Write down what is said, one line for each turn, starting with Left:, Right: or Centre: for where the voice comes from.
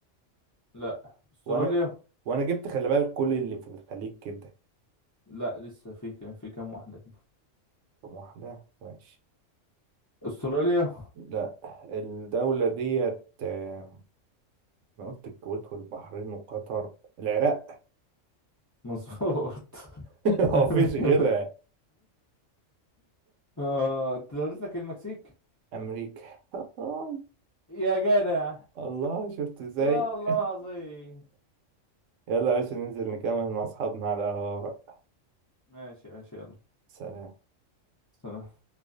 Left: لا استراليا
Right: وانا وانا جبت خلي بالك كل اللي في الخليج كده
Left: لا لسه في ك- في كام واحدة كده
Right: طب واحده ماشي
Left: استراليا
Right: لا الدولة ديت آه، أنا قلت الكويت والبحرين وقطر العراق
Left: مظبوط
Right: <laughs>
Left: <laughs>
Right: هو مفيش غيرها
Left: اه انت دولت لك المكسيك
Right: أمريكا <laughs>
Left: يا جدع
Right: الله شفت ازاي
Left: لا والله
Right: <laughs>
Left: العظيم
Right: يلا يا باشا ننزل نكمل مع أصحابنا على القهوة بقى.
Left: ماشي ماشي يلا
Right: سلام
Left: سلام